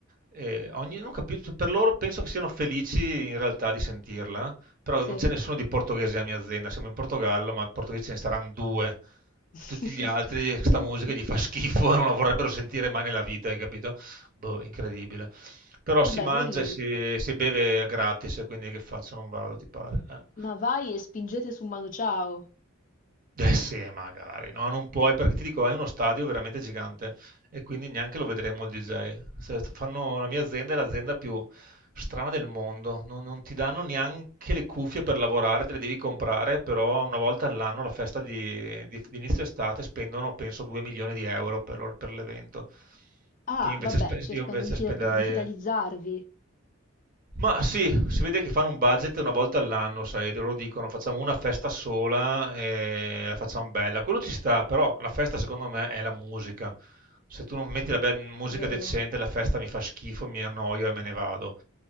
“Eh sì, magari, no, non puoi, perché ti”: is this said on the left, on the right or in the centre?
Right